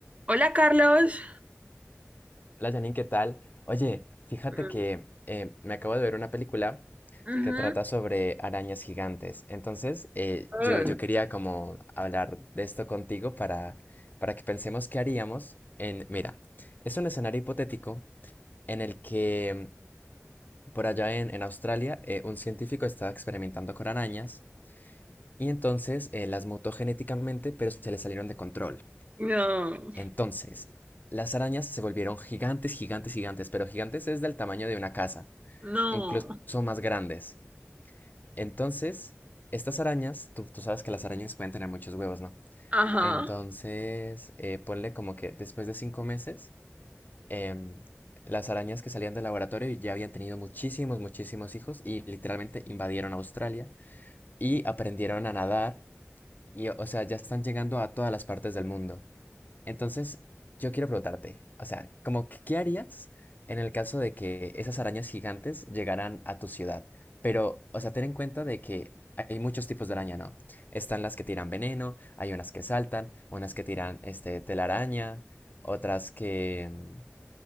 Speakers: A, on the right; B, on the left.
A: Hola, Carlos.
B: Hola Janine, ¿qué tal? Oye, fíjate
A: Mm,
B: que eh, me acabo de ver una película
A: ujú.
B: que trata sobre arañas gigantes. Entonces, eh,
A: Ah,
B: yo, yo quería como hablar de esto contigo para, para que pensemos qué haríamos en... Mira, es un escenario hipotético en el que mm, por allá en, en Australia eh, un científico estaba experimentando con arañas y entonces eh, las mutó genéticamente, pero se le salieron de control.
A: No,
B: Entonces, las arañas se volvieron gigantes, gigantes, gigantes, pero gigantes es del tamaño de una casa,
A: no.
B: e incluso más grandes. Entonces, estas arañas, tú, tú sabes que las arañas pueden tener muchos huevos, ¿no?
A: Ajá.
B: Entonces, eh, ponle como que después de cinco meses, em, las arañas que salían del laboratorio ya habían tenido muchísimos, muchísimos hijos y literalmente invadieron Australia y aprendieron a nadar y, o sea, ya están llegando a todas las partes del mundo. Entonces, yo quiero preguntarte, o sea, como que, ¿qué harías en el caso de que esas arañas gigantes llegaran a tu ciudad? Pero, o sea, ten en cuenta de que hay muchos tipos de araña, ¿no? Están las que tiran veneno, hay unas que saltan, unas que tiran este telaraña, otras que, mm,